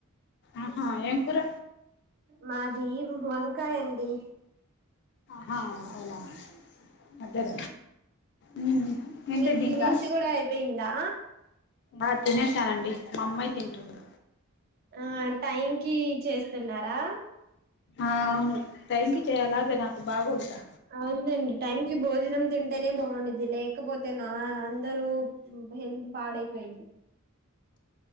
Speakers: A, on the left (about 55°); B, on the right (about 45°).
A: ఆహా ఏం కూర
B: మాది వంకాయ అండి
A: హా అవునా అదేద మ ఏంటే
B: మీది
A: జీకా
B: తినేసి కూడా అయిపోయిందా
A: బ తినేసానండి మా అమ్మాయి తింటుంది
B: ఆ టైం కి చేస్తున్నారా
A: ఆ అవును టైంకి చేయాలి అదే నాకు బాగోదుగా
B: అవుందండి టైంకియూ భోజనం తింటేనే బాగుం ఇ పోతే అయితే నా అందరుూ హెల్త్ పాాడయిపోయింది